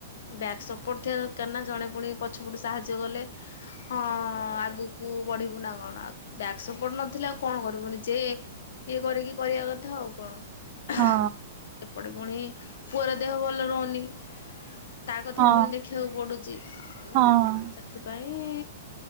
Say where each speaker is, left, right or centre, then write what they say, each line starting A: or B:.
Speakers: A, on the left; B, on the right.
A: ବ୍ୟାକ୍ ସପୋର୍ଟ ଥିବା ଦରକାର ନା ଜଣେ ପୁଣି ପଛପଟୁ ସାହାଯ୍ୟ କଲେ ହଁ ଆଗକୁ ବଢିବୁ ନା କଣ? ବ୍ୟାକ୍ ସପୋର୍ଟ ନଥିଲେ ଆଉ କଣ କରିବୁ, ନିଜେ ଇଏ କରିକି କରିବା କଥା ଆଉ କଣ?
B: ହଁ
A: ହଃ ଏପଟେ ପୁଣି ପୁଅର ଦେହ ଭଲ ରହୁନି। ତା କଥା
B: ହଁ
A: ପୁଣି ଦେଖିବାକୁ ପଡ଼ୁଛି, ଆଉ
B: ହଁ।
A: ସେଥିପାଇଁ